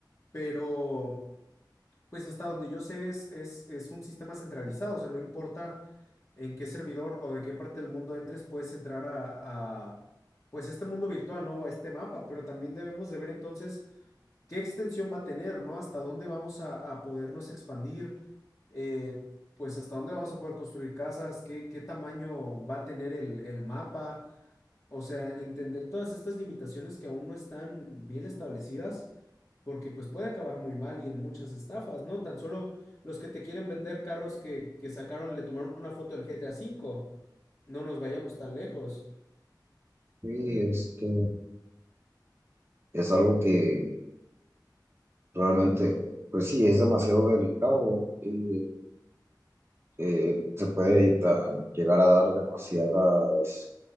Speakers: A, on the left; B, on the right.
A: pero pues hasta donde yo sé es, es, es un sistema centralizado, o sea, no importa en qué servidor o de qué parte del mundo entres, puedes entrar a, a, pues este mundo virtual, ¿no? A este mapa, pero también debemos de ver entonces qué extensión va a tener, ¿no? Hasta dónde vamos a, a podernos expandir, eh, pues hasta dónde vamos a poder construir casas, qué, qué tamaño va a tener el, el mapa, o sea, entender todas estas limitaciones que aún no están bien establecidas, porque pues puede acabar muy mal y en muchas estafas, ¿no? Tan solo los que te quieren vender carros que, que sacaron, le tomaron una foto del GTA cinco, no nos vayamos tan lejos.
B: Sí, este, es algo que realmente, pues sí, es demasiado delicado y eh, se puede ta- llegar a dar demasiadas,